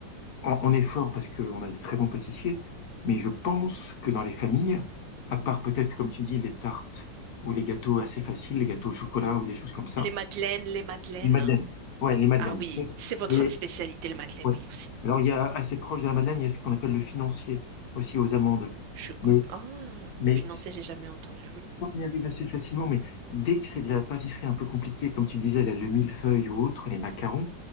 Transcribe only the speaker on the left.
on, on est fort parce qu'on a des très bons pâtissiers, mais je pense que dans les familles, à part peut-être, comme tu dis, les tartes ou les gâteaux assez faciles, les gâteaux au chocolat ou des choses comme ça,
les madeleines. Ouais, les madeleines.
Ça, c'est-
les,
ouais.
Alors, il y a assez proche de la madeleine, il y a ce qu'on appelle le financier, aussi aux amandes.
Mais,
mais
Ça, on y arrive assez facilement, mais dès que c'est de la pâtisserie un peu compliquée, comme tu disais, là, le millefeuille ou autre, les macarons,